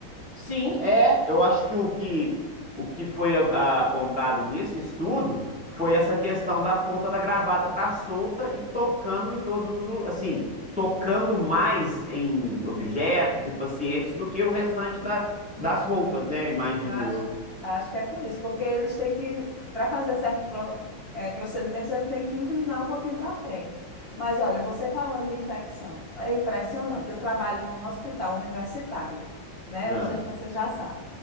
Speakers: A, in the centre; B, on the left.
A: Sim, é. Eu acho que o que, o que foi a- a- apontado nesse estudo foi essa questão da ponta da gravata estar solta e tocando em todos os, lu- assim, tocando mais em objetos e pacientes do que o restante da- das roupas, né? Imagino
B: Eu acho,
A: eu.
B: acho que é por isso, porque eles têm que, para fazer certos pro- eh, procedimentos, eles têm que inclinar um pouquinho para frente. Mas olha, você falando de infecção, é impressionante. Eu trabalho num hospital universitário, né?
A: Ah,
B: Eu não sei se você já sabe.